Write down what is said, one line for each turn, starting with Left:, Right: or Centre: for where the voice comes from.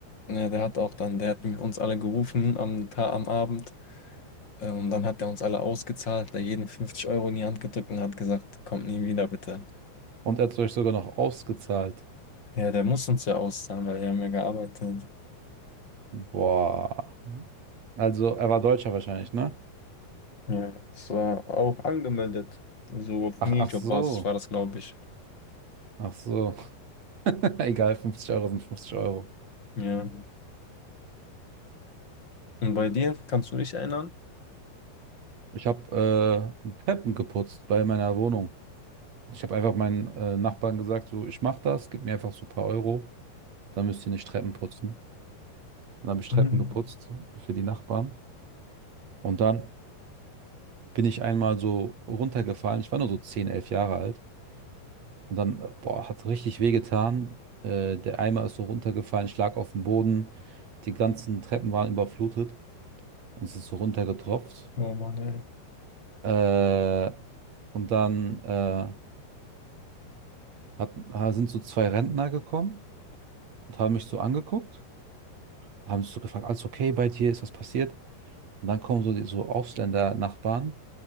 Left: Ja, der hat auch dann, der hat uns alle gerufen am, Ta- am Abend. Äh, Und dann hat er uns alle ausgezahlt, da jeden 50 Euro in die Hand gedrückt und hat gesagt, kommt nie wieder, bitte.
Right: Und er hat euch sogar noch ausgezahlt.
Left: Ja, der muss uns ja auszahlen, weil wir haben ja gearbeitet.
Right: Boah. Also, er war Deutscher wahrscheinlich, ne?
Left: Ja, ja, das war auch angemeldet. So auf
Right: Ach,
Left: Minijobbasis
Right: ach so.
Left: war das, glaube ich.
Right: Ach so. <laughs> Egal, 50 Euro sind 50 Euro.
Left: Ja. Und bei dir, kannst du dich erinnern? <laughs>
Right: Ich habe äh, Treppen geputzt bei meiner Wohnung. Ich habe einfach meinen äh, Nachbarn gesagt, so, ich mache das, gib mir einfach so ein paar Euro, dann müsst ihr nicht Treppen putzen. Dann habe ich Treppen
Left: Hm.
Right: geputzt für die Nachbarn. Und dann bin ich einmal so runtergefallen. Ich war nur so 10 11 Jahre alt. Und dann, äh, boah, hat richtig wehgetan. Äh, der Eimer ist so runtergefallen. Ich lag auf dem Boden. Die ganzen Treppen waren überflutet. Und es ist so runtergetropft.
Left: Oh Mann, ey.
Right: Äh, und dann äh, hat, ha- sind so zwei Rentner gekommen und haben mich so angeguckt. Haben sich so gefragt, alles okay bei dir? Ist was passiert? Und dann kommen so die so Ausländer-Nachbarn